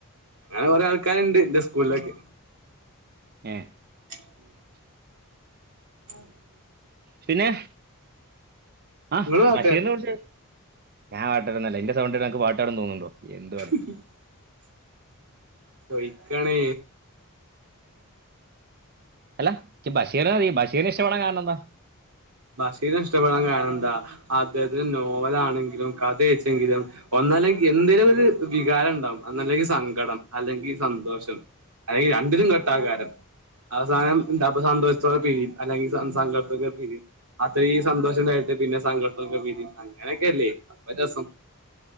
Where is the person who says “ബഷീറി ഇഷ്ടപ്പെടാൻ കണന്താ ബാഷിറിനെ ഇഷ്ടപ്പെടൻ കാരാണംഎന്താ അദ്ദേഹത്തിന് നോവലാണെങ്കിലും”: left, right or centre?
Right